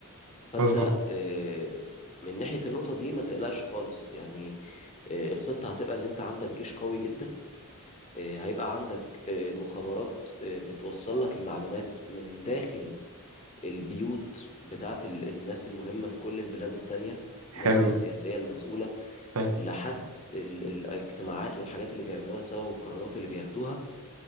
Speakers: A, on the left; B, on the right.
A: فأنت
B: مظبوط
A: آه، من ناحية النقطة دي ما تقلقش خالص يعني آه، الخطة هتبقى إن أنت عندك جيش قوي جدا آه، هيبقى عندك آه، مخابرات آه، بتوصل لك المعلومات من داخل البيوت بتاعت ال- الناس المهمة في كل البلاد التانية الناس
B: حلو
A: السياسية المسؤولة
B: حلو
A: لحد ال- الاجتماعات والحاجات اللي بيعملوها سوا والقرارات اللي بياخدوها